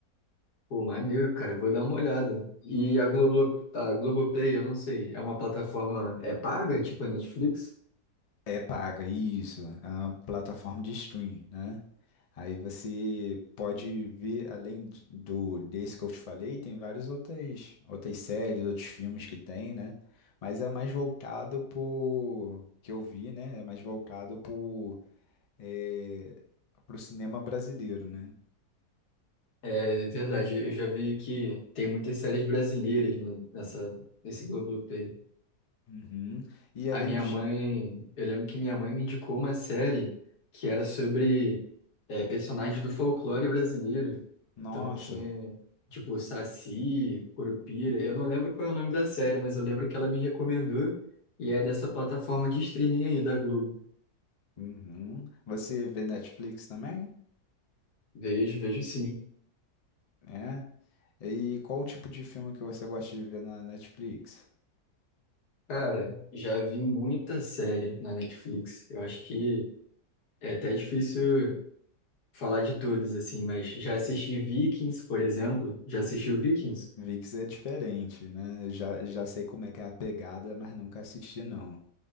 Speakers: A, on the left; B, on the left.
A: Pô, maneiro, cara. Vou dar uma olhada. E a Globo, tá, a Globoplay, eu não sei. É uma plataforma, é paga, tipo a Netflix?
B: É paga, isso. É uma plataforma de stream, né? Aí você pode ver, além de- do desse que eu te falei, tem várias outras, outras séries, outros filmes que tem, né? Mas é mais voltado pro que eu vi, né? É mais voltado pro, é, pro cinema brasileiro, né?
A: É, é verdade. Eu já vi que tem muitas séries brasileiras no- nessa, nesse Globoplay.
B: Uhum. E além
A: A minha
B: de.
A: mãe, eu lembro que minha mãe me indicou uma série que era sobre eh, personagens do folclore brasileiro.
B: Nossa!
A: Então tinha, tipo, Saci, Curupira. Eu não lembro qual é o nome da série, mas eu lembro que ela me recomendou e é dessa plataforma de streaming aí da Globo.
B: Uhum. Você vê Netflix também?
A: Vejo, vejo sim.
B: É. E qual o tipo de filme que você gosta de ver na Netflix?
A: Cara, já vi muita série na Netflix. Eu acho que é até difícil falar de todas, assim, mas já assisti Vikings, por exemplo. Já assistiu Vikings?
B: VIX é diferente, né? Eu já, já sei como é que é a pegada, mas nunca assisti, não.